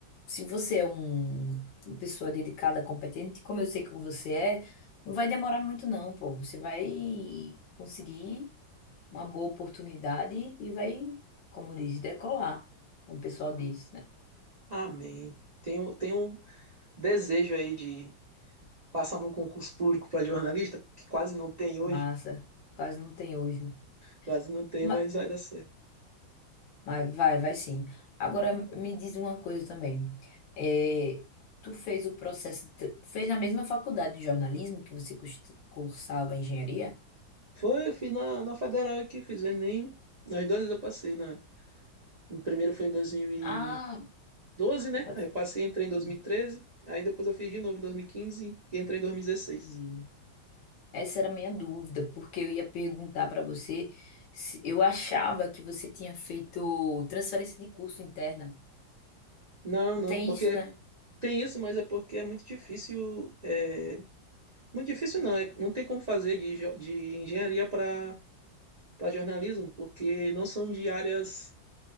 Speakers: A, on the left (about 70°); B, on the right (about 35°).
A: se você é um, uma pessoa dedicada, competente, como eu sei que você é, não vai demorar muito não, pô. Você vai conseguir uma boa oportunidade e vai, como diz, decolar, como o pessoal diz, né?
B: Amém. Tenho, tenho um desejo aí de passar num concurso público para jornalista, que quase não tem hoje,
A: Massa, quase não tem hoje.
B: quase não tem,
A: Ma-
B: mas vai dar certo.
A: Vai, vai, vai sim. Agora me diz uma coisa também. É, tu fez o processo, tu fez na mesma faculdade de jornalismo que você cus- cursava engenharia?
B: Foi, eu fiz na, na Federal aqui, fiz o Enem, nas duas vezes eu passei, na, no primeiro foi em dois mil e
A: Ah,
B: doze, né?
A: pode
B: Aí
A: falar.
B: eu passei, entrei em dois
A: Hum,
B: mil e treze. aí depois eu fiz de novo em dois mil e quinze e entrei em 2016.
A: Entendi. Essa era a minha dúvida, porque eu ia perguntar para você se eu achava que você tinha feito transferência de curso interna.
B: Não,
A: Não
B: não,
A: tem
B: porque
A: isso, né?
B: tem isso, mas é porque é muito difícil, é, muito difícil não, é, não tem como fazer de, jo- de engenharia para para jornalismo, porque não são de áreas